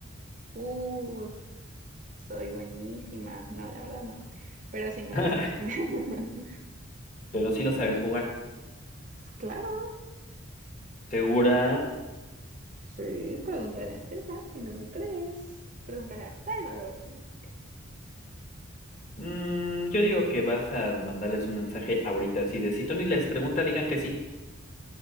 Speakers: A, on the right (about 35°); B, on the left (about 35°).
A: Uh, soy buenísima. No, la verdad no. Pero sí me
B: <laughs>
A: gusta. <laughs>
B: Pero sí lo sabes jugar.
A: Pues Claro,
B: ¿Segura?
A: sí. Pregúntale a César si no me crees. Pregúntale a Salvador si no me crees.
B: Mm, yo digo que vas a mandarles un mensaje ahorita así de si Tony les pregunta, digan que sí,